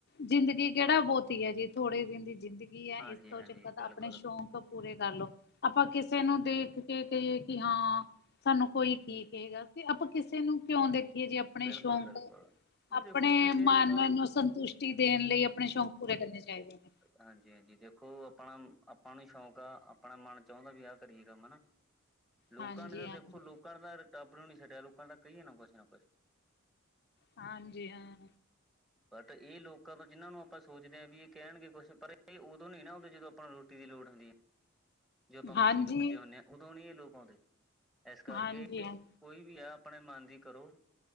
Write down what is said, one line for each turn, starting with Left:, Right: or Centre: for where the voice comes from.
Left: ਜ਼ਿੰਦਗੀ ਕਿਹੜਾ ਬਹੁਤੀ ਹੈ ਜੀ। ਥੋੜੇ ਦਿਨ ਦੀ ਜ਼ਿੰਦਗੀ ਗੀ ਏ
Centre: ਹਾਂਜੀ-ਹਾਂਜੀ
Left: ਇਸ ਤੋਂ ਚੰਗਾ ਤਾਂ
Centre: ਬਿਲਕੁਲ
Left: ਆਪਣੇ ਸ਼ੌਕ ਪੂਰੇ ਕਰ ਲਓ। ਆਪਾਂ ਕਿਸੇ ਨੂੰ ਦੇਖ ਕੇ ਕਹੀਏ ਕਿ ਹਾਂ ਸਾਨੂੰ ਕੋਈ ਕੀ ਕਹੇਗਾ? ਕਿ ਆਪਾਂ ਕਿਸੇ ਨੂੰ ਕਿਉਂ ਦੇਖਿਆ ਜੇ ਆਪਣੇ
Centre: ਬਿਲਕੁਲ-ਬਿਲਕੁਲ
Left: ਸ਼ੌਂਕ
Centre: ਜੀ ਦੇਖੋ
Left: ਆਪਣੇ
Centre: ਕਿਸੇ
Left: ਮਨ
Centre: ਤਾਂ
Left: ਨੂੰ ਸੰਤੁਸ਼ਟੀ ਦੇਣ ਲਈ ਆਪਣੇ ਸ਼ੌਂਕ ਪੂਰੇ ਕਰਨੇ ਚਾਹੀਦੇ ਨੇ।
Centre: ਹਾਂਜੀ -ਹਾਂਜੀ। ਦੇਖੋ ਆਪਣਾ ਆਪਾਂ ਨੂੰ ਸ਼ੌਂਕ ਆ ਆਪਣਾ ਮਨ ਚਾਹੁੰਦਾ ਵੀ ਆਹ ਕਰੀਏ ਕੰਮ ਹਨਾ। ਲੋਕਾਂ
Left: ਹਾਂਜੀ
Centre: ਨੇ ਤਾਂ
Left: ਹਾਂਜੀ
Centre: ਦੇਖੋ ਲੋਕਾਂ ਨੇ ਤਾਂ ਰੱਬ ਨੂੰ ਨੀ ਛੱਡਿਆ ਲੋਕਾਂ ਨੇ ਤਾਂ ਕਹੀ <unintelligible>
Left: ਹਾਂਜੀ ਹਾਂ।
Centre: ਬਟ ਇਹ ਲੋਕਾਂ ਤੋਂ ਜਿਹਨਾਂ ਨੂੰ ਆਪਾਂ ਸੋਚਦੇ ਹਾਂ ਵੀ ਇਹ ਕਹਿਣਗੇ ਕੁੱਛ। ਪਰ ਇਹ ਉਦੋਂ ਨੀ ਨਾ ਆਉਦੇ ਜਦੋਂ ਆਪਾਂ ਨੂੰ ਰੋਟੀ ਟੀ ਦੀ ਲੋੜ ਹੁੰਦੀ ਏ। ਜਦੋ ਆਪਾਂ ਮੁਸੀਬਤ
Left: ਹਾਂਜੀ
Centre: ਚ ਹੁਨੇ ਹਾਂ ਉਦੋਂ ਨੀ ਇਹ ਲੋਕ ਆਉਂਦੇ। ਇਸ ਕਰਕੇ
Left: ਹਾਂਜੀ ਹਾਂ
Centre: ਕੋਈ ਵੀ ਆ ਆਪਣੇ ਮਨ ਦੀ ਕਰੋ।